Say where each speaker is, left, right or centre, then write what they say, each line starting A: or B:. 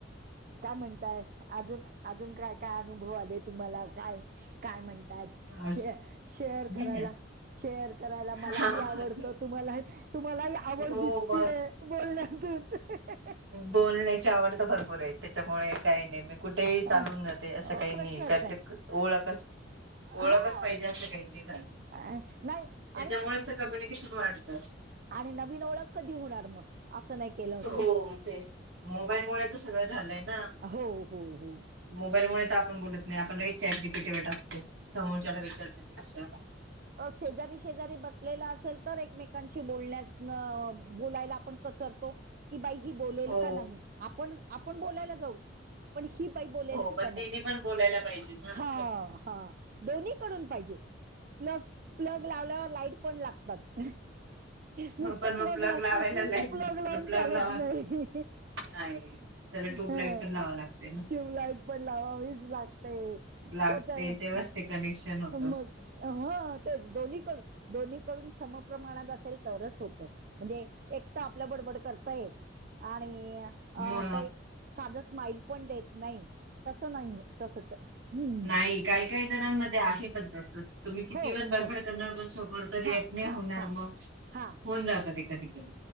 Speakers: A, on the right; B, on the right.
A: काय म्हणताय अजून अजून काय काय अनुभव आले तुम्हाला काय काय म्हणतात
B: आज-
A: शे शेअर
B: नाही
A: करायला शेअर करायला मलाही
B: ना
A: आवडत
B: अजून
A: तुम्हाला तुम्हालाही आवड
B: हो
A: दिसतीय
B: ब
A: बोल जतते
B: बोलण्याची आवड तर भरपूर आहे त्याच्यामुळे काही नाही मी कुठेही चालून
A: अ
B: जाते
A: अ,
B: असं काही
A: प्रश्नच
B: नाही ओळखच ओळखच
A: हा
B: पाहिजे असं काही नि त्याच्यामुळेच
A: अ नाही आणि
B: ते कम्युनिकेशन वाढतात
A: आणि नवीन ओळख कधी होणार मग असं नाही केलं होतो
B: हो तेच मोबाईलमुळे तर सगळं झालंय ना
A: हो हो हो
B: मोबाईलमुळे तर आपण बोलत नाही आपणलाे चॅट जीपीटीवर टाकतो समोरच्याला विचारण्यापेक्षा
A: शेजारी शेजारी बसलेला असेल तर एकमेकांशी बोलण्यात बोलायला आपण रतो की बाई ह बोल
B: हो
A: का नाही आपण आपण बोलायला जाऊ पण ही बाही बोलेल
B: हो पण
A: का नाही
B: तिने पण बोलायला पाहिजे ना असं.
A: हा हा दोन्ही कडून पाहिजे प्लग प्लग लावल्यावर लाईट पण लागतात नुसत
B: पण मग
A: प्लग ला
B: लावायला
A: नुसत
B: लाईट
A: प्लग लावून
B: प्लग
A: चालत
B: लावा
A: नाही
B: नाही त्याला ट्यूबलाइट
A: हो
B: पण
A: ह
B: लावा लागते ना
A: ट्यूबलाइट पण लावावीच लागते
B: लागते
A: त्याच्या
B: तेव असते कनेक्शन होत
A: मग ह तेच दोन्हीकडून दोन्हीकडून समप्रमाणात असेल तर होत म्हणजे एकट आपलं बडबड कर आणि अ
B: म
A: ते साधं स्माईल पण देत नाही तसं नाही तस हम्
B: नाही काही काही जणांमध्ये आहे पण तसच तुम्ही किती
A: हो
B: पण बडभड
A: हो
B: करणार पण सबर रिॲक्ट
A: हा
B: नाही
A: हा
B: होणार
A: हा
B: मग
A: हा
B: होऊन जातात एखाधी कधी